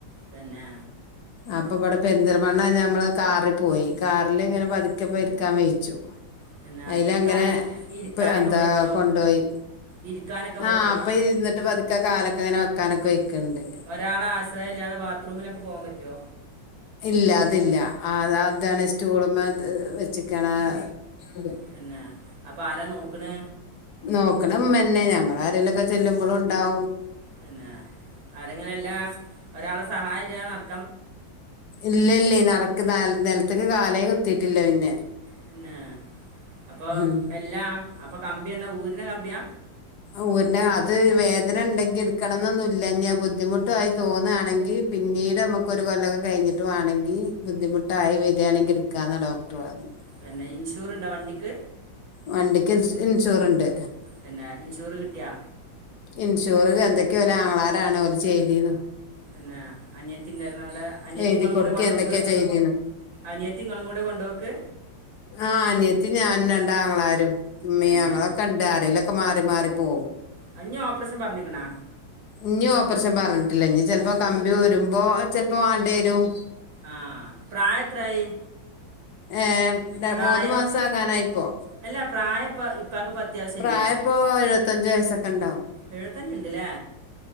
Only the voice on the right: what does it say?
തന്നേ
പിന്നെ
ഇരിക്കാൻ ഇരിക്കാനൊക്കെ
പറ്റുമോ
ഇരിക്കാനൊക്കെ പറ്റുമോ
ഒരാളെ ആശ്രയല്ലാതെ ബാത്റൂമിലൊക്കെ പോകാം പറ്റൊ
തന്നേ അപ്പം ആരാ നോക്ക്ണ്
തന്നെ ആരെങ്കിലും അല്ല ഒരാളെ സഹായല്ലാതെ നട
തെന്നേ അപ്പൊ
എല്ലാ അപ്പൊ കമ്പി എന്നാ ഊര്ണ കമ്പ്യാ
തന്നെ ഇൻഷൂറ്ണ്ടാേ വണ്ടിക്ക്
തന്നേ ഇൻഷുറ് കിട്ട്യാ
തന്നെ അനിയത്തിണ്ടാര്ന്നൊ അവിടെ അനിയത്തിം
ഇങ്ങളും
കൂടി കൊണ്ടാേക്ക്
അനിയത്തിം ഇങ്ങളും കൂടെ കൊണ്ടോക്ക്
പിന്നെ
ആഹ് ഞ്ഞ് ഓപ്പർസം പറ്ഞ്ഞ്ക്ക്ണാ
ആഹ് പ്രായെത്രായി
പ്രായം
അല്ല പ്രായം ഇപ്പ ഇപ്പാക്ക് ഇപ്പം അത്യാവശ്യമില്ലേ
എഴുത്തഞ്ച്ണ്ട്ലേ